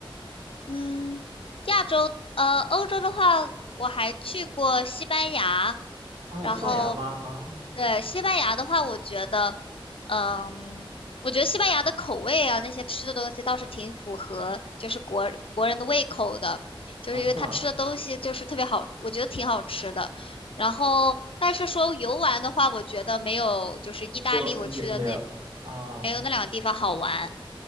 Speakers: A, on the left; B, on the right.
A: 嗯，亚洲，呃，欧洲的话，我还去过西班牙，
B: 啊、
A: 然后，
B: 西班牙吗？啊、
A: 对，西班牙的话，我觉得，嗯，我觉得西班牙的口味啊，那些吃的东西倒是挺符合，就是国国人的胃口的，就是因为他吃的东西就是特别好，
B: 啊，是吗？
A: 我觉得挺好吃的。然后，但是说游玩的话，我觉得没有就是意大利我去的那
B: 就也没有啊
A: 没有那两个地方好玩。